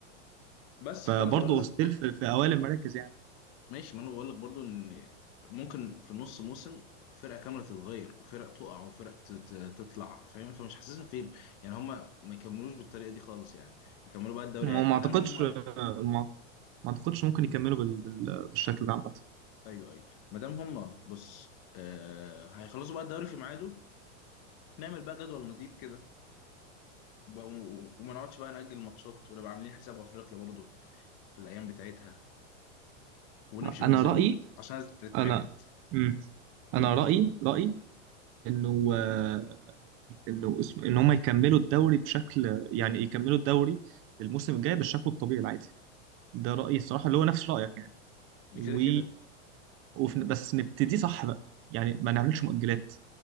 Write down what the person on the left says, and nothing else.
بس
فانا بقول لك
ماشي ما انا بقول لك برضو ان ممكن في نص موسم فرقه كامله تتغير وفرق تقع وفرق ت- ت- تطلع فاهم فمش حاسسها فين يعني هما ما يكملوش بالطريقه دي خالص يعني يكملوا بقى الدوري
عادي
ما
دام هما
ايوه ايوه ما دام هما بص آه... هيخلصوا بقى الدوري في ميعاده نعمل بقى جدول نظيف كده بقى- و- وما نقعدش بقى نأجل ماتشات ونبقى عاملين حساب افريقيا برضو في الايام بتاعتها ونمشي
بنظام
عشان أنا تعبت
امم
كده كده